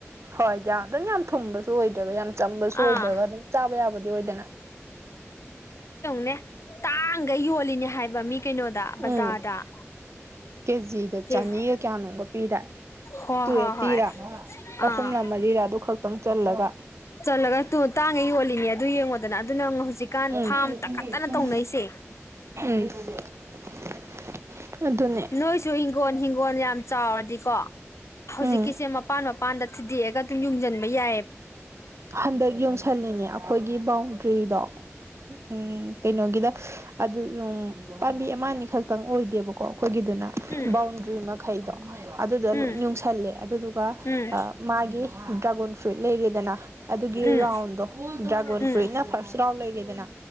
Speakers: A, on the right (about 65°); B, on the left (about 70°).
A: ꯍꯋꯤꯏ ꯌꯥꯝ <unintelligible> ꯊꯨꯝꯕꯁꯨ ꯑꯣꯏꯗ꯭ꯔꯒ ꯌꯥꯝ ꯆꯝꯕꯁꯨ ꯑꯣꯏꯗ꯭ꯔꯒ
B: ꯑꯥ
A: ꯑꯗꯨꯝ ꯆꯥꯕ ꯌꯥꯕꯗꯤ ꯑꯣꯏꯗꯅ
B: ꯅꯦ ꯇꯥꯡꯒꯩ ꯌꯣꯜꯂꯤꯅꯦ ꯍꯥꯏꯕ ꯃꯤ ꯀꯩꯅꯣꯗ
A: ꯎꯝ
B: ꯕꯖꯥꯔꯗ
A: ꯀꯦꯖꯤꯗ
B: ꯀꯦꯖꯤ
A: ꯆꯅꯤꯒ ꯀꯌꯥꯅꯣꯝꯒ ꯄꯤꯗꯥꯏ
B: ꯍꯣꯏ
A: ꯇꯨꯑꯩꯇꯤꯔꯥ
B: ꯍꯣꯏ ꯍꯣꯏ
A: ꯑꯍꯨꯝꯂ
B: ꯑꯥ
A: ꯃꯔꯤꯔꯥ ꯑꯗꯨ ꯈꯛꯇꯪ ꯆ ꯂꯒ <inaudible>
B: ꯆꯠꯂꯒ ꯇꯨ ꯇꯥꯡꯉꯦ ꯌꯣꯜꯂꯤꯅꯦ ꯑꯗꯨ ꯌꯦꯡꯉꯣꯗꯅ ꯑꯗꯨꯅ ꯍꯧꯖꯤꯛꯀꯥꯟ
A: ꯎꯝ
B: ꯐꯥꯝ ꯇꯥꯡꯈꯠꯇꯅ
A: ꯎꯝ
B: ꯇꯧꯅꯩꯁꯦ
A: <unintelligible> ꯎꯝ ꯑꯗꯨꯅꯦ
B: ꯅꯣꯏꯁꯨ ꯏꯪꯒꯣꯟ ꯍꯤꯡꯒꯣꯟ ꯌꯥꯝ ꯆꯥꯎꯔꯗꯤꯀꯣ ꯍꯧꯖꯤꯛꯀꯤꯁꯦ
A: ꯎꯝ
B: ꯃꯄꯥꯟ ꯃꯄꯥꯟ ꯗ ꯊꯨꯗꯦꯛꯑꯒ ꯑꯗꯨꯝ ꯌꯨꯡꯁꯤꯟꯕ ꯌꯥꯏ
A: ꯍꯟꯗꯛ ꯌꯨꯡꯁꯜꯂꯤꯅꯦ ꯑ ꯑꯩꯈꯣꯏꯒꯤ ꯕꯥꯎꯟꯗ꯭ꯔꯤꯗꯣ ꯎꯝ ꯀꯩꯅꯣꯒꯤꯗ ꯑꯗꯨꯅꯨꯡ ꯄꯥꯝꯕꯤ ꯑꯃꯅꯤ ꯈꯛꯇꯪ ꯑꯣꯏꯗꯦꯕꯀꯣ ꯑꯩꯈꯣꯏꯒꯤꯗꯨꯅ
B: ꯎꯝ
A: ꯕꯥꯎꯟꯗ꯭ꯔꯤ ꯃꯈꯩꯗꯣ ꯑꯗꯨꯗ ꯂꯣꯏ
B: ꯎꯝ
A: ꯌꯨꯡꯁꯜꯂꯦ ꯑꯗꯨꯗꯨꯒ
B: ꯎꯝ ꯎꯝ
A: ꯃꯥꯒꯤ ꯗ꯭ꯔꯥꯒꯣꯟ ꯐ꯭ꯔꯨꯠ ꯂꯩꯔꯦꯗꯅ ꯑꯗꯨꯒꯤ
B: ꯎꯝ
A: ꯔꯥꯎꯟꯗꯣ ꯗ꯭ꯔꯥꯒꯣꯟ
B: ꯎꯝ
A: ꯐ꯭ꯔꯨꯏꯠꯅ ꯐꯥꯔꯁ ꯔꯥꯎꯟ ꯂꯩꯔꯦꯗꯅ